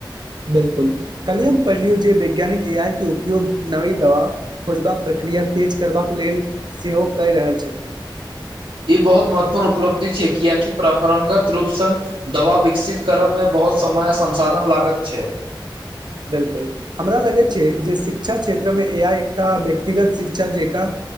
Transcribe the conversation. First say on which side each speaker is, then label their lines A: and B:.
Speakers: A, on the right; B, on the right.
A: बिल्कुल कल्हि हम पढ़लियौ जे वैज्ञानिक ए आई के उपयोग नवी दवा खोजबाक प्रक्रिया तेज करबाक लेल सेहो कहि रहल छथि
B: ई बहुत महत्वपूर्ण उपलब्धि छै किआाकि परम्परागत रूप संग दवा विकसित करब मे बहुत समय आ संसाधन लागत छै
A: बिल्कुल हमरा लगैत छै जे शिक्षा क्षेत्रमे इएह एकटा व्यक्तिगत शिक्षा जकाँ